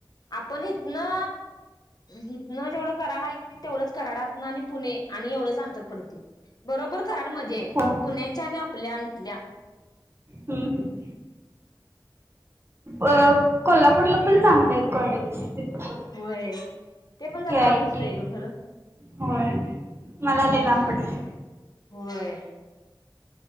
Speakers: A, on the left (about 50°); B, on the right (about 30°).
A: आपण इथ ना हिथनं जेवढं कराड आहे की नाही तेवढंच कराडातनं आणि पुणे आणि एवढंच अंतर पडते. बरोबर कराड मध्ये आहे
B: होय.
A: पुण्याच्या आणि आपल्या इथल्या
B: हम्म अ कोल्हापूरला पण चांगलं आहे. कॉलेजित
A: होय. ते पण जर
B: कयट
A: लांबच
B: <unintelligible>
A: आहे ग खरं.
B: होय मला
A: हम्म
B: लय लांब पडत.
A: होय.